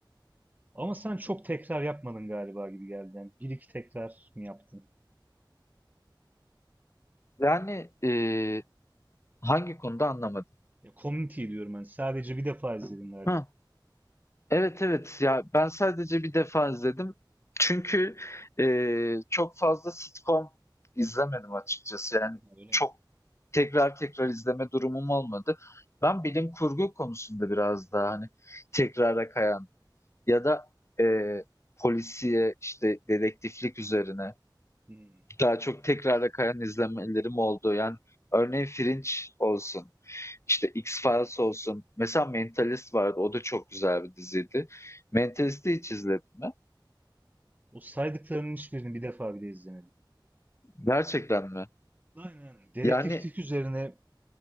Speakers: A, on the right (about 20°); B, on the left (about 35°).
A: Ama sen çok tekrar yapmadın galiba gibi geldi. Yani bir iki tekrar mı yaptın?
B: Yani, eee, hangi konuda anlamadım?
A: Ya Community diyorum ben. Sadece bir defa izledim galiba.
B: Ha, evet, evet. Ya, ben sadece bir defa izledim. Çünkü, eee, çok fazla sitcom izlemedim açıkçası. Yani
A: Ha, Öyle
B: çok
A: mi?
B: tekrar tekrar izleme durumum olmadı. Ben bilim kurgu konusunda biraz daha, hani, tekrara kayan ya da, eee, polisiye, işte, dedektiflik üzerine
A: Hmm.
B: Daha çok tekrara kayan izlemelerim oldu. Yani örneğin Fringe olsun, işte X-Files olsun. Mesela Mentalist vardı. O da çok güzel bir diziydi. Mentalist'i hiç izledin mi?
A: O saydıklarının hiçbirini bir defa bile izlemedim.
B: Gerçekten mi?
A: Aynen aynen. Dedektiflik
B: Yani
A: üzerine